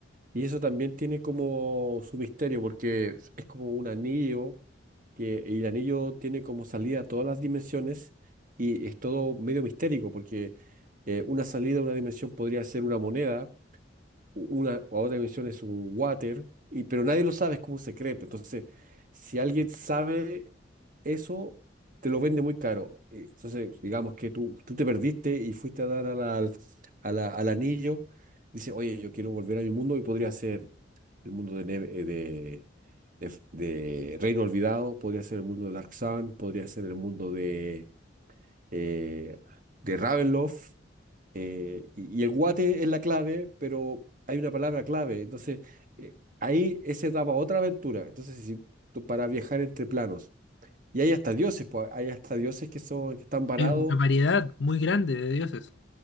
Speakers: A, on the right; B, on the left.
A: Y eso también tiene como su misterio, porque es es como un anillo, que y el anillo tiene como salida a todas las dimensiones y es todo medio mistérico, porque eh, una salida a una dimensión podría ser una moneda, una o a otra dimensión es un water, y, pero nadie lo sabe, es como un secreto. Entonces, si alguien sabe eso, te lo vende muy caro. Eh, Entonces, digamos que tú, tú te perdiste y fuiste a dar a la- al a la- al anillo, dice, oye, yo quiero volver a mi mundo y podría ser el mundo de, Neve- eh, de, de F- de Reino Olvidado, podría ser el mundo de Dark Sun, podría ser el mundo de, eh, de Ravenloft. Eh, y, y el guate es la clave, pero hay una palabra clave. Entonces, eh, ahí esa daba otra aventura. Entonces, si tú- para viajar entre planos. Y hay hasta dioses, pues, hay hasta dioses que son, que están varados.
B: Hay una variedad muy grande de dioses.